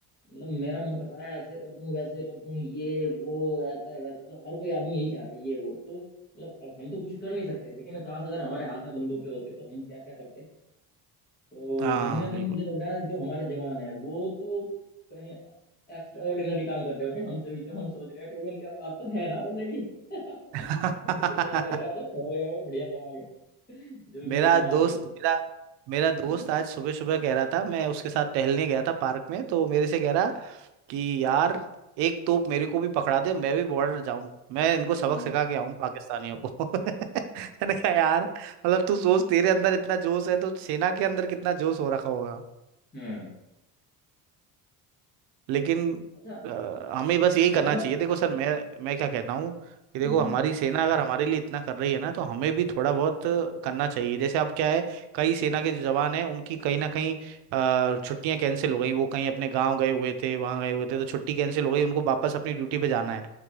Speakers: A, on the left (about 25°); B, on the right (about 85°).
A: मतलब मेरा मन कर रहा है ऐसे कर दूं वैसे कर दूं ये वो ऐसा है वैसा मतलब हर कोई आदमी यही चाह रहा है ये वो तो मतलब अब हम तो कुछ कर नहीं सकते लेकिन काश अगर हमारे हाथ में बंदूकें होती तो हम क्या क्या करते तो
B: हाँ
A: कहीं ना कहीं
B: बिल्कुल
A: मुझे लग रहा है जो हमारे जवान है वो तो कहीं एक्स्ट्रा ऑर्डिनरी काम कर रहे होंगे हमसे भी जो हम सोच रहे हैं क्योंकि उनके पास तो है ना ऑलरेडी तो
B: <laughs>
A: मुझे तो ऐसा लग रहा है मतलब ठोक रहे होंगे बढ़िया दबा के जो भी
B: मेरा
A: मिल गया
B: दोस्त
A: आ जा भाई
B: मेरा मेरा दोस्त
A: हम्म
B: आज सुबह सुबह कह रहा था मैं उसके साथ टहलने गया था पार्क में तो मेरे से कह रहा कि यार एक तोप मेरे को भी पकड़ा दे मैं भी बॉर्डर जाऊं मैं इनको सबक
A: हम्म
B: सिखा के आऊं पाकिस्तानियों को <laughs> मैंने कहा यार मतलब तू सोच तेरे अंदर इतना जोश है तो सेना के अंदर कितना जोश हो रखा होगा
A: हम्म
B: लेकिन
A: अच्छा
B: अ, हमें बस यही करना
A: मेरा
B: चाहिए
A: ना
B: देखो सर मैं मैं क्या कहता हूँ कि
A: हम्म
B: देखो
A: हम्म
B: हमारी सेना अगर हमारे लिए इतना कर रही है ना तो हमें भी थोड़ा बहुत करना चाहिए जैसे अब क्या है कई सेना के जो जवान हैं उनकी कहीं ना कहीं अ, छुट्टियां कैंसिल हो गई वो कहीं अपने गांव गए हुए थे वहां गए हुए थे तो छुट्टी कैंसिल हो गई उनको वापस अपनी ड्यूटी पे जाना है